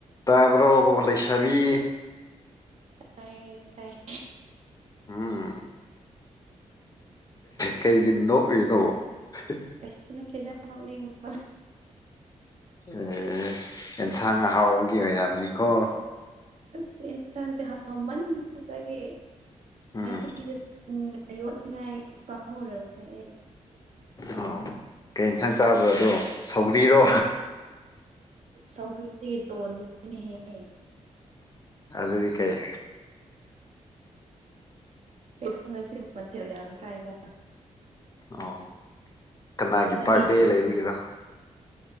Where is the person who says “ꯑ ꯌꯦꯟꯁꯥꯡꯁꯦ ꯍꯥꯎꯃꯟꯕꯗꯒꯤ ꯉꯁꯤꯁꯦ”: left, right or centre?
Right